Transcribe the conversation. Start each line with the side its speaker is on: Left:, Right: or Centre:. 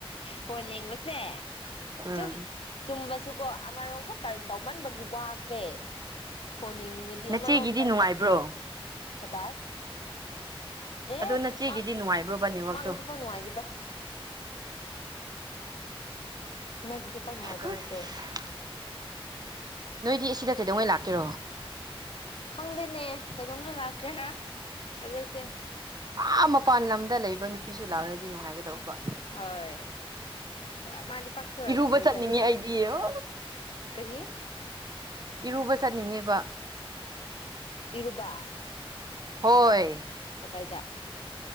Left: ꯄꯣꯟ ꯌꯦꯡꯕꯁꯦ
Right: ꯎꯝ
Left: ꯨꯝ ꯇꯨꯝꯕ ꯁꯨ ꯀꯣ ꯑꯃꯔꯣꯝꯈ ꯇꯔꯟ ꯇꯧꯃꯟꯕꯒꯤ ꯋꯥꯈ꯭ꯔꯦ ꯐꯣꯟ ꯌꯦꯡꯅꯤꯡꯉꯗꯤ
Right: ꯅꯆꯦꯒꯤꯗꯤ
Left: ꯑꯃꯔꯣꯝꯇꯪ
Right: ꯅꯨꯡꯉꯥꯏꯕ꯭ꯔꯣ
Left: ꯀꯗꯥꯏ
Right: ꯑꯗꯣ
Left: ꯑꯦ
Right: ꯅꯆꯦꯒꯤꯗꯤ
Left: ꯃ
Right: ꯅꯨꯡꯉꯥꯏꯕ꯭ꯔꯣꯕ ꯅꯦꯠꯋꯥꯛꯇꯣ
Left: ꯃꯒꯁꯨꯄꯅ ꯍꯥꯏ ꯗ ꯅꯅꯥ ꯒꯤꯤꯁꯣꯄꯥꯥ ꯅꯉꯥꯏꯕꯅꯦ
Right: ꯑꯁ
Left: ꯇ
Right: ꯅꯣꯏꯗꯤ ꯑꯁꯤꯗ ꯀꯩꯗꯧꯉꯩ ꯂꯥꯛꯀꯦꯔꯣ
Left: ꯈꯪꯗꯦꯅꯦ ꯀꯩꯗꯧꯅ ꯂꯥꯛꯀꯦꯔꯥ ꯑꯩꯈꯣꯏꯁꯦ
Right: ꯑꯥ ꯃꯄꯥꯟ ꯂꯝꯗ ꯂꯩꯕ ꯅꯨꯄꯤꯁꯨ ꯂꯥꯎꯔꯗꯤ ꯅꯨꯡꯉꯥꯏꯒꯗꯧꯕ
Left: ꯍꯣꯏ ꯃꯥꯗꯤ ꯄꯥꯛꯊꯣꯔꯛꯔꯣꯏꯗꯕ
Right: ꯏꯔꯨꯕ ꯆꯠꯅꯤꯡꯉꯦ
Left: ꯃꯥꯜꯂꯦ
Right: ꯑꯩꯗꯤ
Left: ꯍꯟꯗꯛꯇꯤ
Right: ꯑꯣ
Left: ꯀꯔꯤ
Right: ꯏꯔꯨꯕ ꯆꯠꯅꯤꯡꯉꯦ <inaudible>
Left: ꯏꯔꯕꯥ
Right: ꯍꯣꯏ
Left: ꯀꯗꯥꯏꯗ